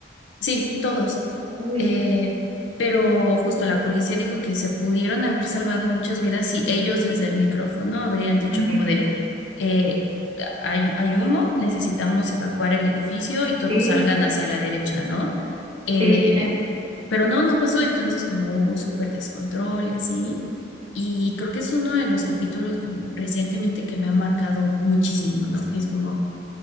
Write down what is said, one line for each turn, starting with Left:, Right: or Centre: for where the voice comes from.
Left: sí, todos.
Right: Uy,
Left: Eh, pero justo la policía dijo que se pudieron haber salvado muchas vidas si ellos desde el micrófono habrían dicho
Right: ujú,
Left: como de, eh, hay, hay humo, necesitamos evacuar el edificio y todos
Right: Sí,
Left: salgan hacia la derecha, ¿no? Eh,
Right: sí, sí,
Left: pero no, no pasó, entonces como hubo súper descontrol y así. Y creo que es uno de los capítulos como recientemente que me ha marcado muchísimo, ¿no? Que es como,